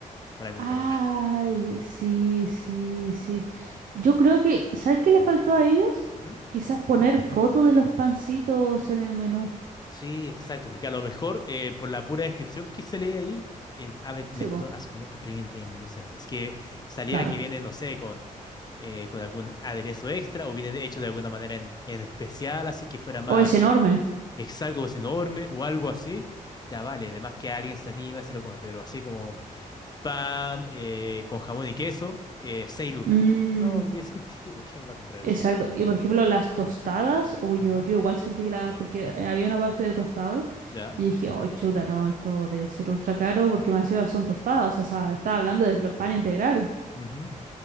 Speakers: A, on the left; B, on the right.
A: para mí
B: Ay,
A: no lo vale.
B: sí, sí, sí. Yo creo que, ¿sabes qué le faltó a ellos?
A: Ujú.
B: Quizás poner fotos de los pancitos en el menú.
A: Sí, exacto, porque a lo mejor eh, por la pura descripción que se lee ahí, en ave pimentón
B: Sí, po,
A: así 700 estos premios no tiene ningún sentido. Es que saliera
B: claro.
A: que viene, no sé, con, eh, con algún aderezo extra o viene de hecho de alguna manera en, en especial, así que fuera más
B: O es enorme.
A: exacto, o es enorme o algo así, ya vale. Además que alguien se anima y se lo come, pero así como pan eh, con jamón y queso, eh, 6 lucas.
B: Mm.
A: No, no tiene <laughs> sentido. ¿Quién va a comprar eso?
B: Exacto. Y por ejemplo, las tostadas, o yo,
A: Ujú,
B: yo igual sentí que la, porque había una parte de tostadas
A: ¿Ya?
B: y dije, oh, chuta, no, esto de ser ultra caro, porque más encima son tostadas, o sea, estaba hablando de pl- pan integral.
A: Ujú,